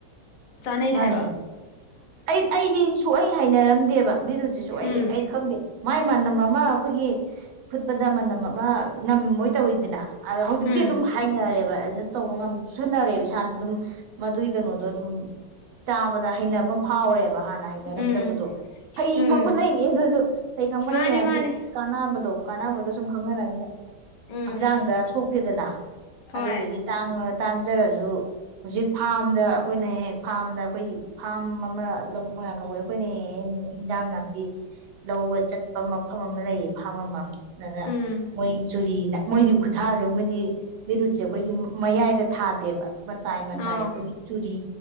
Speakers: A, on the left; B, on the right.
A: ꯆꯥꯅꯩ
B: ꯃꯥꯅꯦ
A: ꯍꯥꯏꯌꯦꯕ
B: ꯑꯩ ꯑꯩꯗꯤ ꯁꯨꯍꯩ ꯍꯩꯅꯔꯝꯗꯦꯕ ꯕꯤꯔꯨꯠ ꯁꯤꯁꯨ
A: ꯎꯝ
B: ꯑꯩ ꯑꯩ ꯈꯪꯗꯦ ꯃꯥꯏ ꯃꯥ ꯅꯃ ꯑꯃ ꯑꯩꯈꯣꯏꯒꯤ ꯐꯨꯠꯄꯗ ꯃꯅꯝ ꯑꯃ ꯅꯝꯃꯣꯏ ꯇꯧꯋꯤꯗꯅ ꯑꯗ ꯍꯧꯖꯤꯛꯇꯤ
A: ꯎꯝ
B: ꯑꯗꯨꯝ ꯍꯩꯅꯔꯦꯕ ꯑꯦꯗꯖꯁ ꯇꯧꯕ ꯉꯝ ꯆꯨꯁꯤꯟꯅꯔꯦꯕ ꯏꯁꯥꯗ ꯑꯗꯨꯝ ꯃꯗꯨꯒꯤ ꯀꯩꯅꯣꯗꯣ ꯑꯗꯨꯝ ꯆꯥꯕꯗ ꯍꯩꯅꯕ ꯑꯝ ꯐꯥꯎꯔꯦ ꯕ ꯍꯥꯟꯅ ꯍꯩꯅꯔꯝꯗꯕꯗꯣ
A: ꯎꯝ
B: ꯐꯩ
A: ꯎꯝ
B: <unintelligible> ꯂꯩꯅꯤ ꯑꯗꯨꯁꯨ ꯀꯩ ꯈꯪꯕꯗꯩꯅꯦ
A: ꯃꯥꯅꯤ
B: ꯍꯥꯏꯗꯤ
A: ꯃꯥꯅꯤ
B: ꯀꯥꯟꯅꯕꯗꯣ ꯀꯥꯟꯅꯕꯗꯣ ꯁꯨꯝ ꯈꯪꯅꯔꯅꯤꯅ
A: ꯎꯝ
B: ꯍꯛꯆꯥꯡꯗ ꯁꯣꯛ ꯇꯦꯗꯅ
A: ꯍꯣꯏ
B: ꯑꯗꯨꯗꯨꯒꯤ ꯇꯥꯡꯕ ꯇꯥꯡꯖꯔꯖꯨ ꯍꯨꯖꯤꯛ ꯐꯥꯝꯗ ꯑꯩꯈꯣꯏꯅ ꯍꯦꯛ ꯐꯥꯝꯗ ꯑꯩꯈꯣꯏ ꯐꯥꯝ ꯑꯃꯥ ꯂꯝ ꯃꯣꯏꯔꯥꯡ ꯀꯝꯄꯨꯏ ꯑꯈꯣꯏꯅ ꯍꯦꯛ-ꯍꯦꯛ ꯍꯤꯟꯖꯥꯡ ꯅꯥꯄꯤ ꯂꯧꯕ ꯆꯠꯄ ꯃꯐꯝ ꯑꯃ ꯂꯩꯌꯦ ꯐꯥꯝ ꯑꯃ ꯑꯗ
A: ꯎꯝ
B: ꯃꯣꯏ ꯆꯨꯔꯤꯅ ꯃꯣꯏꯗꯤ ꯈꯨꯊꯥꯁꯃꯗꯤ ꯕꯤꯔꯨꯠꯁꯦ ꯑꯩꯈꯣꯏꯒꯤ ꯃꯌꯥꯏꯗ ꯊꯥꯗꯦꯕ ꯃꯇꯥꯏ ꯃꯇꯥꯏ
A: ꯑꯥꯎ
B: ꯑꯩꯈꯣꯏꯒꯤ ꯆꯨꯔꯤ